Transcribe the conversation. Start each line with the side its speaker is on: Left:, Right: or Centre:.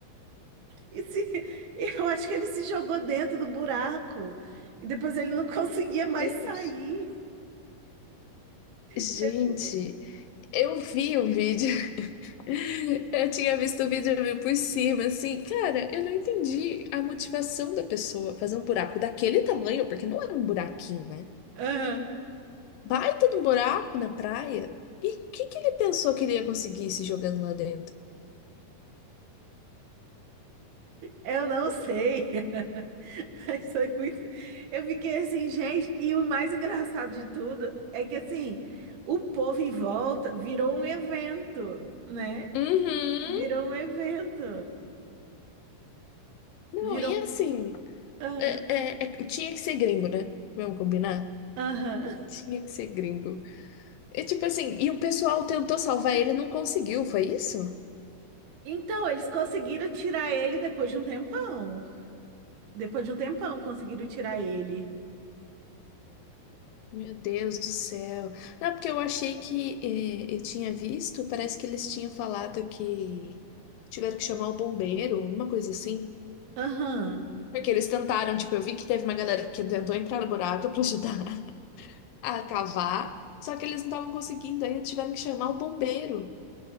Right: E se- e eu acho que ele se jogou dentro do buraco e depois ele não <laughs> conseguia mais
Left: Deus.
Right: sair.
Left: Gente,
Right: Você-
Left: eu vi o vídeo. <laughs> Eu tinha visto o vídeo meio por cima, assim, cara, eu não entendi a motivação da pessoa fazer um buraco daquele tamanho, porque não era um buraquinho, né?
Right: Aham.
Left: Baita de um buraco na praia. E o que que ele pensou que ele ia conseguir se jogando lá dentro?
Right: Eu não sei. <laughs> Isso foi muito. Eu fiquei assim, gente, e o mais engraçado de tudo é que assim, o povo em volta virou um evento, né?
Left: Uhum.
Right: Virou um evento.
Left: Não,
Right: Virou.
Left: e assim,
Right: Ah,
Left: é- é- é- tinha que ser gringo, né? Vamos combinar?
Right: Aham.
Left: Tinha que ser gringo. E tipo assim, e o pessoal tentou salvar ele, e não conseguiu, foi isso?
Right: Então, eles conseguiram tirar ele depois de um tempão. Depois de um tempão, conseguiram tirar ele.
Left: Meu Deus do céu. Não, porque eu achei que eh, eu tinha visto, parece que eles tinham falado que tiveram que chamar o bombeiro, alguma coisa assim.
Right: Aham.
Left: Porque eles tentaram, tipo, eu vi que teve uma galera que tentou entrar no buraco pra ajudar <laughs> a cavar, só que eles não estavam conseguindo, aí tiveram que chamar o bombeiro.